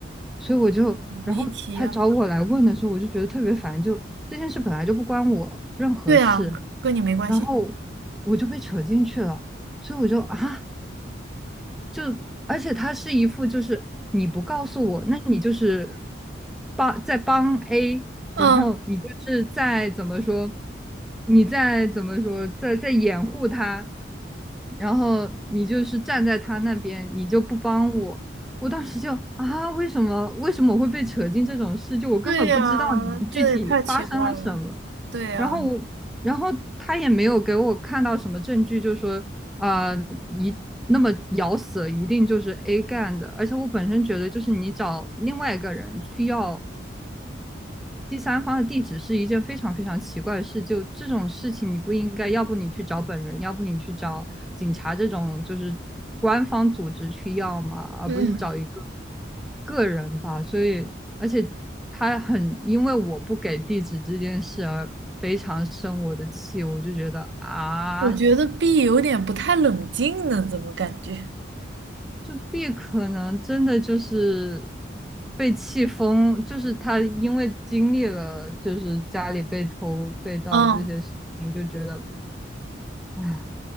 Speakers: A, in the centre; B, on the right.
A: 所以我就，然后他找我来问的时候，
B: 离奇呀
A: 我就觉得特别烦，就这件事本来就不关我任何事，
B: 对呀，跟你没关系。
A: 然后我就被扯进去了，所以我就啊，就而且他是一副就是你不告诉我，那你就是帮在帮 A，
B: 嗯，
A: 然后你就是在怎么说，你在怎么说，在在掩护他，然后你就是站在他那边，你就不帮我。我当时就啊，为什么为什么我会被扯进这种事？就我根本不知道你们具体发生了什么。
B: 对呀，这也太奇怪了。对呀，
A: 然后我，然后他也没有给我看到什么证据，就说呃，一那么咬死一定就是 A 干的。而且我本身觉得，就是你找另外一个人去要第三方的地址是一件非常非常奇怪的事。就这种事情，你不应该，要不你去找本人，要不你去找警察这种就是官方组织去要嘛，而不是找一个
B: 嗯，
A: 个人吧。所以，而且他很因为我不给地址这件事而非常生我的气，我就觉得啊。
B: 我觉得 B 有点不太冷静呢，怎么感觉？
A: 就 B 可能真的就是被气疯，就是他因为经历了就是家里被偷被盗这些事情，
B: 嗯，
A: 就觉得，唉，